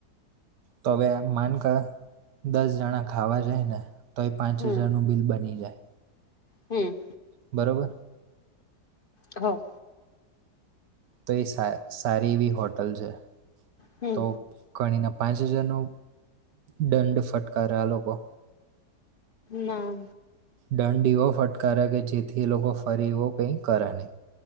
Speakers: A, on the right; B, on the left.
A: તો હવે માનક દસ જણા ખાવા જાય ને તો એ પાંચ
B: હમ
A: હજારનું બિલ બની જાય
B: હમ
A: બરોબ
B: હા
A: તો એ સારી એવી હોટલ છે
B: હમ
A: તો કણી ના પાંચ હજારનો દંડ ફટકારે આ લોકો
B: ના
A: દંડ એવો ફટકાર્યા કે જેથી એ લોકો ફરી એવો કંઈ કરે નહીં.